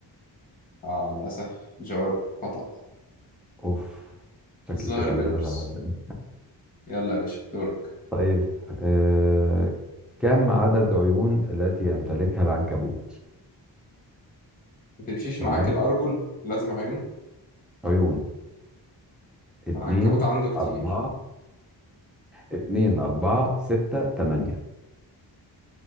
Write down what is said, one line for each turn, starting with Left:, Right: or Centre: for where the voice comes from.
Left: آه للأسف جواب خطأ
Centre: اوف شكل
Left: الظاهر
Centre: كده
Left: بيبرس
Centre: اللي انا راح أزن.
Left: يلا يا باشا دورك
Centre: طيب آه... كم عدد عيون التي يمتلكها العنكبوت؟
Left: ما تمشيش
Centre: تمام
Left: معاك الأرجل لازم عيون
Centre: عيون اتنين
Left: العنكبوت عنده كتير
Centre: أربعة اتنين أربعة ستة تمانية